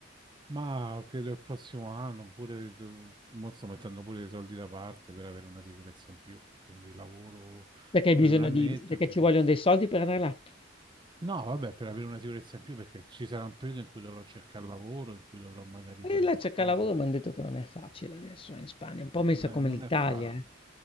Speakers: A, on the right; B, on the left.
A: Ma credo il prossimo anno, pure tu- mo sto mettendo pure i soldi da parte per avere una sicurezza in più, quindi lavoro
B: Perché hai
A: per
B: bisogno
A: un annetto
B: di perché
A: e poi...
B: ci
A: ci-
B: vogliono dei soldi per andare là.
A: No, vabbè, per avere una sicurezza in più perché ci sarà un periodo in cui dovrò cercare lavoro, in cui dovrò magari
B: E
A: fare
B: là
A: qualcosa.
B: cerca lavoro, mi han detto che non è facile adesso eh, in Spagna, un po' messa
A: Non
B: come
A: è, non
B: l'Italia,
A: è facile.
B: eh.